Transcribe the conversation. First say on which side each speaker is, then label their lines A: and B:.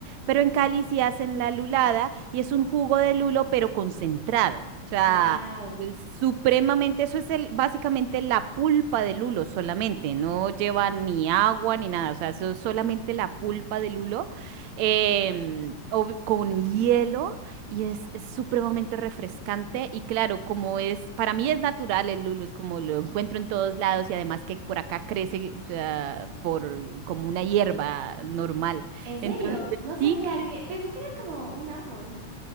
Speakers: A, on the right; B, on the right.
A: pero en Cali sí hacen la lulada y es un jugo de lulo, pero concentrado. O sea,
B: ¡Wow!
A: es supremamente, eso es el, básicamente la pulpa de lulo solamente, no lleva ni agua ni nada, o sea, eso es solamente la pulpa de lulo em, ob- con hielo. Y es, es supremamente refrescante y claro, como es, para mí es natural el lulo, es como lo encuentro en todos lados y además que por acá crece, o sea, por como una hierba normal.
B: ¿En serio?
A: Entonces,
B: No sabía
A: sí, que
B: que... Pensé que era como un árbol.